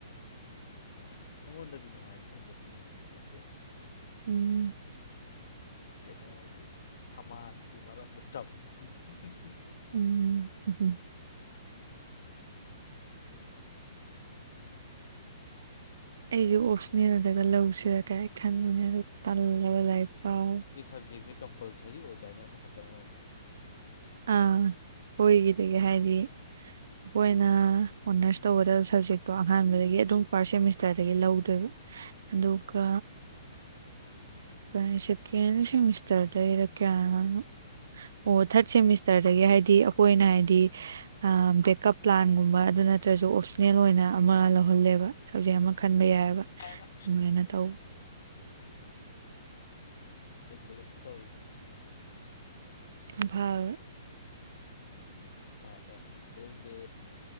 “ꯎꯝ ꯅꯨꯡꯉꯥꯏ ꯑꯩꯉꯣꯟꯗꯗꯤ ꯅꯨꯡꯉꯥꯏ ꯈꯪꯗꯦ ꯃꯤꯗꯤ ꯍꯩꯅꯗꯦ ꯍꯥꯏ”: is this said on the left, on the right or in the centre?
Left